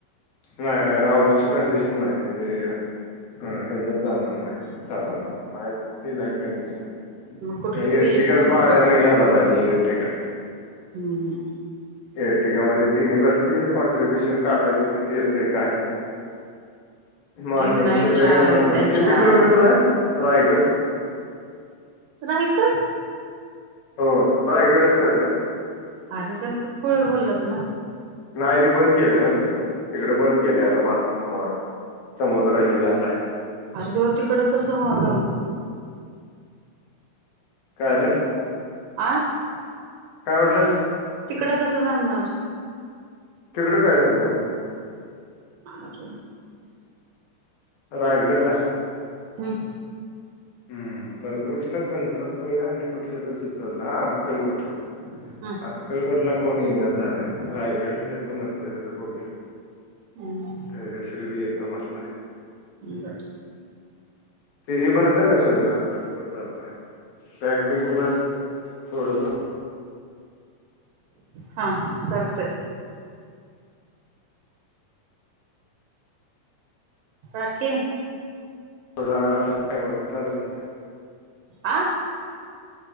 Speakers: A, on the left; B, on the right.
A: नाही नाही, राहुलची कंडिश नाइ तिथे अ हेज्यात जाणार नाही <unintelligible> माझी ती नाही कंडिशन
B: कुठली
A: मग इरटीकाच
B: तरी एक म्हणत
A: भाड्यान
B: का बघा
A: घ्यायला पाहिजे, इरटीका.
B: हम्म.
A: इरटीगा मध्ये तेन्ही बसतील कॉन्ट्रिब्युशन काढायचं, किती येत ते काय माझ्यामते
B: ते नाही
A: लई
B: चार
A: येणार
B: आहेत
A: नाय,
B: त्या
A: किती
B: चार
A: किलोमीटर हाय? रायगड.
B: रायगड?
A: हो, रायगडच ठरलयं.
B: अरे गणपतपुळे बोललात ना?
A: नाही ते बंद केलं ना तिकडं, तिकडं बंद केलंय आता मान्सून मुळ. समुद्र हे झालाय
B: जाउ तिकडं कस <unintelligible>
A: कायलं?
B: आ?
A: काय म्हटलंस?
B: तिकडं कसं जमणार?
A: तिकडं काय झालं जमायं?
B: आर
A: रायगडला.
B: हम्म.
A: हम्म. परत कुठलं गणपतपुळे आणि ल तर सुचवलं आ आक्कलकोट,
B: हम्म
A: आक्कलकोट ला कोण इनाच झालंय. रायगडला येतो म्हणत्यात आता बघुया
B: हम्म
A: धैर्यशील भी येतो म्हटलाय.
B: बर
A: ते हे भरलं का सगळं <unintelligible> बॅग बीग भर थोडं त
B: हा चालतयं. बाकी.
A: थोडा आला क बघा चालेल बर.
B: आ